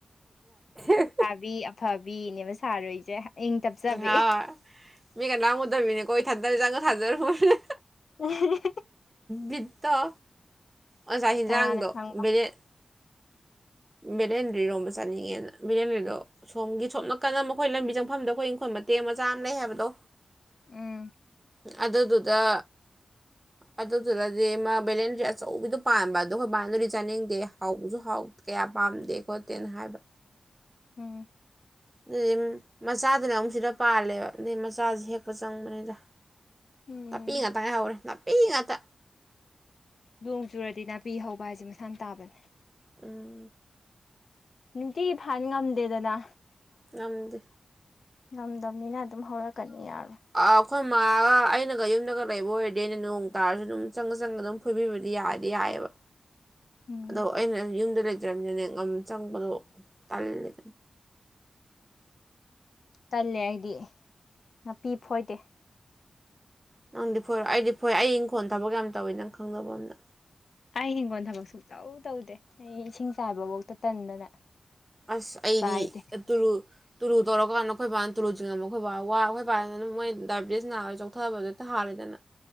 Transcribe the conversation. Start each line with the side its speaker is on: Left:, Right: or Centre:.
Right: <unintelligible>
Left: ꯕꯤ ꯑꯐꯕꯤꯅꯦꯕ ꯁꯥꯔꯨꯏꯖꯦ ꯏꯪ ꯇꯞꯆꯕꯤ
Right: <unintelligible> ꯃꯤ ꯀꯅꯥꯝ ꯎꯗꯕꯤꯅꯀꯣ ꯏꯊꯟꯇꯅꯤ ꯆꯪꯉꯒ ꯁꯥꯖꯔꯨꯕꯅꯤ
Left: <unintelligible>
Right: ꯕꯤꯠꯇꯣ ꯑꯣꯖꯥ ꯏꯟꯁꯥꯡꯗꯣ
Left: ꯀꯅꯥꯅ ꯈꯪꯕ
Right: ꯕꯦꯂꯦꯟ ꯕꯦꯂꯦꯟꯗ꯭ꯔꯤ ꯏꯔꯣꯝꯕ ꯆꯥꯅꯤꯡꯉꯦꯅ ꯕꯦꯂꯦꯟꯗꯔꯤꯗꯣ ꯁꯣꯝꯒꯤ ꯁꯣꯝ ꯀꯟꯗ ꯃꯈꯣꯏ ꯂꯝꯕꯤ ꯆꯪꯐꯝꯗꯣ ꯃꯣꯏ ꯏꯪꯈꯣꯏ ꯃꯇꯦꯛ ꯃꯆꯥ ꯑꯃ ꯂꯩ ꯍꯥꯏꯕꯗꯣ
Left: ꯎꯝ
Right: ꯑꯗꯨꯗꯨꯗ ꯑꯗꯨꯗꯨꯗꯗꯤ ꯃꯥ ꯕꯦꯂꯦꯟꯗ꯭ꯔꯤ ꯑꯆꯧꯕꯤꯗꯣ ꯄꯥꯟꯕ ꯑꯗꯣ ꯈꯣꯏ ꯕꯥꯅꯗꯤ ꯆꯥꯅꯤꯡꯗꯦ ꯍꯥꯎꯕꯁꯨ ꯍꯥꯎ ꯀꯌꯥ ꯄꯥꯝꯗꯦ ꯈꯣꯠꯇꯦꯅ ꯍꯥꯏꯕ
Left: ꯎꯝ
Right: ꯑꯗꯨꯗꯤꯝ ꯃꯆꯥꯗꯨꯅ ꯑꯃꯨꯛ ꯁꯤꯗ ꯄꯥꯜꯂꯦꯕ ꯑꯗꯩ ꯃꯆꯥꯖꯤ ꯍꯦꯛꯄ ꯆꯪꯕꯅꯤꯗ
Left: ꯎꯝ
Right: ꯅꯥꯄꯤ ꯉꯥꯛꯇ ꯉꯥꯏ ꯍꯧꯔꯦ ꯅꯥꯄꯤ ꯉꯥꯛꯇ
Left: ꯂꯣꯡ ꯆꯨꯔꯗꯤ ꯅꯥꯄꯤ ꯍꯧꯕ ꯍꯥꯏꯖꯦ ꯃꯁꯥꯅ ꯇꯥꯕꯅꯦ
Right: ꯎꯝ
Left: ꯅꯨꯡꯇꯤꯒꯤ ꯐꯟ ꯉꯝꯗꯦꯗꯅ
Right: ꯉꯝꯗꯦ
Left: ꯉꯝꯗꯝꯅꯤꯅ ꯑꯗꯨꯝ ꯍꯧꯔꯛꯀꯅꯤ ꯌꯥꯔꯣꯏ
Right: ꯑ ꯑꯈꯣꯏ ꯃꯥꯒ ꯑꯩꯅꯒ ꯌꯨꯝꯗꯒ ꯂꯩꯕ ꯑꯣꯏꯔꯗꯦ ꯑꯩꯅ ꯅꯣꯡ ꯇꯥꯔꯁꯨ ꯑꯗꯨꯝ ꯆꯪꯉ ꯆꯪꯉꯒ ꯑꯗꯨꯝ ꯐꯣꯏꯕꯤꯕꯗꯤ ꯌꯥꯗꯤ ꯌꯥꯏꯑꯕ
Left: <inaudible> ꯎꯝ
Right: ꯑꯗꯣ ꯑꯩꯅ ꯌꯨꯝꯗ ꯂꯩꯇꯔꯅꯤꯝꯅꯦꯅꯦ ꯉꯝ ꯆꯪꯕꯗꯣ ꯇꯜꯂꯤꯗ
Left: ꯇꯜꯂꯦ ꯑꯩꯗꯤ ꯅꯥꯄꯤ ꯐꯣꯏꯗꯦ
Right: ꯅꯪꯗꯤ ꯐꯣꯏꯔꯣꯏ ꯑꯩꯗꯤ ꯐꯣꯏ ꯑꯩ ꯏꯪꯈꯣꯜ ꯊꯕꯛ ꯌꯥꯝ ꯇꯧꯋꯤ ꯅꯪ ꯈꯪꯗꯕ ꯑꯝꯅ
Left: ꯑꯩ ꯍꯤꯡꯈꯣꯜ ꯊꯕꯛ ꯁꯨꯛ ꯇꯧ ꯇꯧꯗꯦ ꯑꯩ ꯏꯁꯤꯡ ꯆꯥꯏꯕꯕꯧꯇ ꯇꯟꯗꯅ
Right: ꯑꯁ ꯑꯩꯗꯤ
Left: ꯆꯥꯏꯗꯦ
Right: ꯑꯇꯨꯔꯨ ꯇꯨꯔꯨ ꯇꯧꯔꯀꯥꯟ ꯑꯩꯈꯣꯏꯕꯥꯅ ꯇꯨꯔꯨ ꯆꯤꯡꯉꯕ ꯑꯩꯈꯣꯏꯕꯥ ꯋꯥ ꯑꯩꯈꯣꯏ ꯕꯥꯗꯅ ꯑꯗꯨꯝ ꯃꯣꯏ ꯗꯥꯏꯕꯦꯇꯤꯁ ꯅꯥꯕꯩ ꯊꯥꯔꯤꯗꯅ